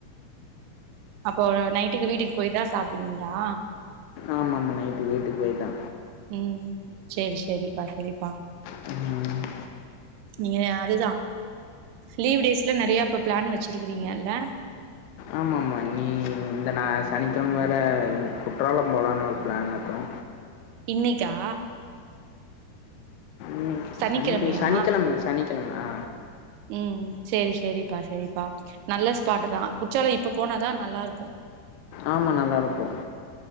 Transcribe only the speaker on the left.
ஆமாம்மா நைட்டு வீட்டுக்கு போய் தா
ம்
ஆம் ஆமா நீ இந்த நா சனிக்கிழமை வேற குற்றாலோ போலான்னு ஒரு பிளான்ல இருக்குறோ
ம்
சனிக்கே சனிக்கிழமை சனிக்கிழமை ஆ
ஆமா நல்லாருக்கும்